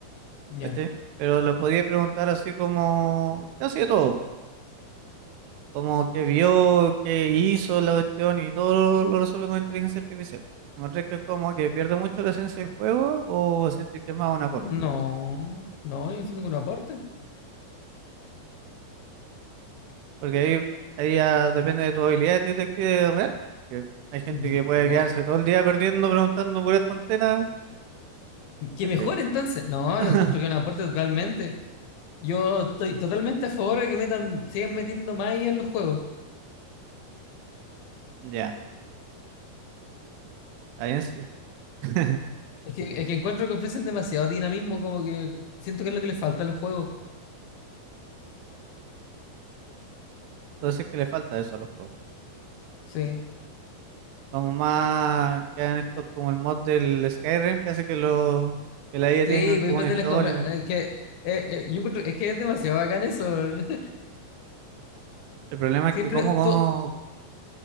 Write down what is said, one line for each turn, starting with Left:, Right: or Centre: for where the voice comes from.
Left: Ya.
Right: ¿cachai? Pero le podíais preguntar así como casi de todo, como qué vio, qué hizo la cuestión y todo lo, lo resuelve con inteligencia artificial. ¿Encontré que como que pierde mucho la esencia del juego o sentís que es más un aporte?
Left: No, no, yo siento que un aporte.
Right: Porque ahí, ahí ya depende de tu habilidad de detective real. Porque hay gente
Left: Yo-
Right: que puede
Left: mo-
Right: quedarse todo el día perdiendo, preguntando puras tonteras,
Left: Que
Right: ¿cachai?
Left: mejor entonces. No,
Right: <laughs>
Left: yo encuentro que es un aporte totalmente. Yo estoy totalmente a favor de que metan, sigan metiendo más IA en los juegos.
Right: Ya, está bien sí. <laughs>
Left: Es que, es que encuentro que ofrecen demasiado dinamismo, como que siento que es lo que les falta a los juegos.
Right: Entonces que le falta eso a los juegos.
Left: Sí.
Right: Como más que hagan esto como el mod del Skyrim que hace que lo que la IA
Left: Sí,
Right: tengan
Left: voy
Right: como
Left: a inventar
Right: una historia.
Left: las conver-
Right: ¿no?
Left: eh, que, eh, eh, yo encuentro- es que es demasiado bacán eso. <laughs>
Right: El problema
Left: Siempre
Right: es que cómo, cómo,
Left: todo.